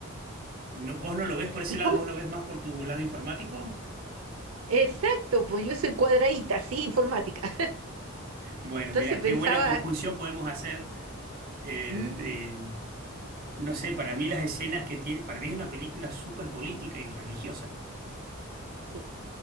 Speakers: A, on the right; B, on the right.
A: No, ¿vos no lo ves por ese
B: ¿Y
A: lado?
B: cómo?
A: ¿Vos lo ves más por tu lado informático?
B: Exacto, pues yo soy cuadradita, sí, informática. <laughs>
A: Bueno,
B: Entonces
A: mira,
B: pensaba,
A: qué buena conjunción podemos hacer eh,
B: mm,
A: de No sé, para mí las escenas que tiene, para mí es una película súper política y religiosa.
B: sí,